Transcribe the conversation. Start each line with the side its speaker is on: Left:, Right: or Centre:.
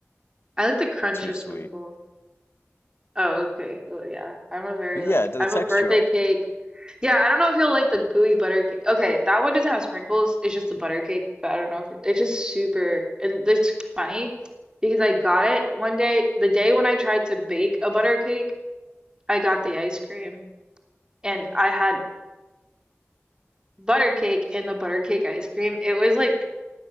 Right: I like the crunch
Left: too
Right: of
Left: sweet.
Right: sprinkles. Oh, okay. Well, yeah. I'm a very
Left: But yeah,
Right: like
Left: the
Right: I'm
Left: the textural.
Right: a birthday cake. Yeah, I don't know if you'll like the gooey butter cake. Okay, that one doesn't have sprinkles. It's just the butter cake, but I don't know if it's just super and it's funny because I got it one day, the day when I tried to bake a butter cake, I got the ice cream and I had butter cake and the butter cake ice cream. It was like